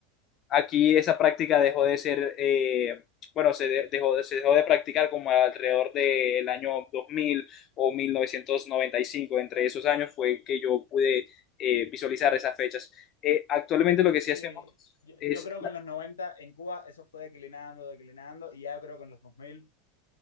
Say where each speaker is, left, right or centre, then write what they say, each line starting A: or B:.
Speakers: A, on the left; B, on the left.
A: Aquí esa práctica dejó de ser, eh, bueno, se de- dejó, de- se dejó de practicar como alrededor del año 2000 o 1995. Entre esos años fue que yo pude eh, visualizar esas fechas. Eh, actualmente lo que
B: Sí,
A: sí hacemos
B: yo,
A: es,
B: yo creo que en los 90 en Cuba eso fue declinando, declinando, y ya yo creo que en los 2000